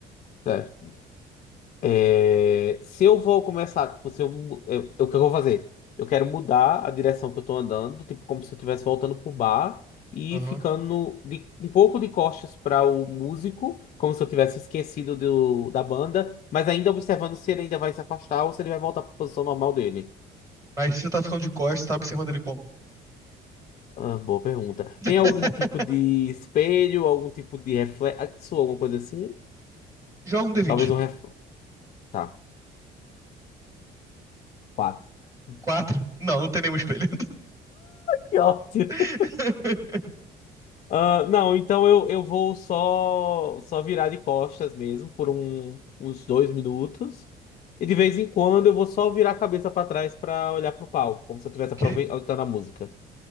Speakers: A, on the left; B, on the right.
A: certo. É, se eu vou começar, tipo, se eu, mu- eu, eu- o que eu vou fazer? Eu quero mudar a direção que eu tô andando, tipo, como se eu estivesse voltando pro bar e
B: Aham.
A: ficando de, um pouco de costas para o músico, como se eu tivesse esquecido do, da banda, mas ainda observando se ele ainda vai se afastar ou se ele vai voltar para a posição normal dele.
B: Mas se você tá ficando de costas, você tá observando ele como?
A: Ah, boa pergunta. Tem
B: <laughs>
A: algum tipo de espelho, algum tipo de reflexo, alguma coisa assim?
B: Joga um D20.
A: Talvez um reflexo. Tá, quatro. <laughs>
B: Quatro? Não, não tem nenhum espelho.
A: Que ótimo.
B: <laughs>
A: Ah, não, então eu, eu vou só só virar de costas mesmo por um- uns dois minutos. E de vez em quando eu vou só virar a cabeça pra trás pra olhar pro palco, como se eu estivesse
B: Ok.
A: aproveitando a música.